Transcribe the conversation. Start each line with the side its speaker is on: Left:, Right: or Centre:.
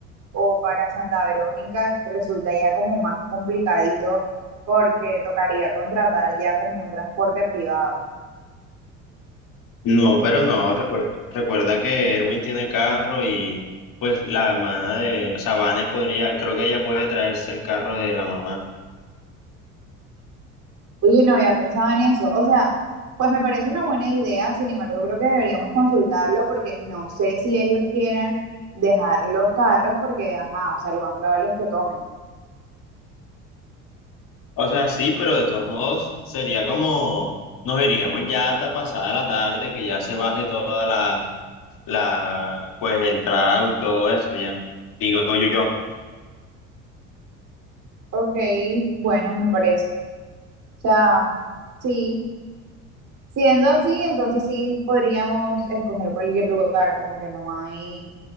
Right: o para Santa Verónica resulta ya como más complicadito porque tocaría contratar ya como un transporte privado.
Left: No, pero no, recuerda, recuerda que Erwin tiene carro y pues la hermana de, o sea, Vane podría, creo que ella puede traerse el carro de la mamá.
Right: Oye, no había pensado en eso. O sea, pues me parece una buena idea, sin embargo, creo que deberíamos consultarlo porque no sé si ellos quieren dejar los carros porque, ajá, o sea, lo más probable es que tomen.
Left: O sea, sí, pero de todos modos sería como, nos iríamos ya hasta pasada la tarde, que ya se baje toda la la, pues el trago y todo eso ya. Digo yo,
Right: Ok, bueno, me parece. O sea, sí, siendo así, entonces sí podríamos escoger cualquier lugar, como que no hay